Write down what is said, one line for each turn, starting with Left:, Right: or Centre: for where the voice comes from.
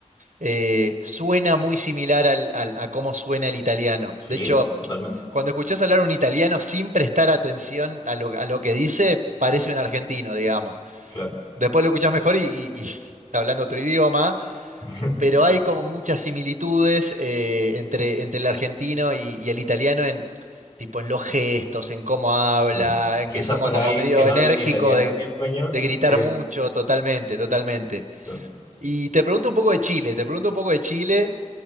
Right: eh, suena muy similar al, al- a cómo suena el italiano.
Left: Sí,
Right: De hecho,
Left: totalmente,
Right: Cuando escuchás hablar un italiano sin prestar atención a lo, a lo que dice, parece un argentino, digamos.
Left: claro.
Right: Después lo escuchás mejor y, y- y <laughs> está hablando otro idioma,
Left: <laughs>
Right: pero hay como muchas similitudes eh, entre, entre el argentino y, y el italiano en, tipo, en los gestos, en cómo habla,
Left: Claro.
Right: en
Left: Quizás
Right: que somos
Left: para
Right: como
Left: alguien
Right: medio
Left: que no
Right: enérgicos
Left: habla ni italiano
Right: de,
Left: ni español,
Right: de gritar
Left: eh,
Right: mucho, totalmente, totalmente.
Left: claro.
Right: Y te pregunto un poco de Chile, te pregunto un poco de Chile.